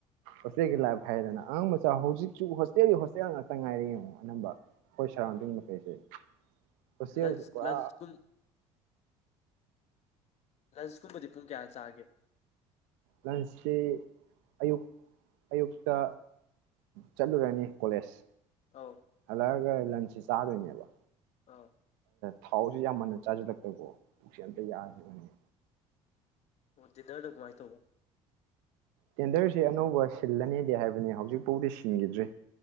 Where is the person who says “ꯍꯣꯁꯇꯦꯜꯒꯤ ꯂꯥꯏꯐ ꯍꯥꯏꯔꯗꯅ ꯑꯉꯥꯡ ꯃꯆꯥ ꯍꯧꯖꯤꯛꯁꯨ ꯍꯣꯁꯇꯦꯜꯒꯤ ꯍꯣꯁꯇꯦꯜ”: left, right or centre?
Right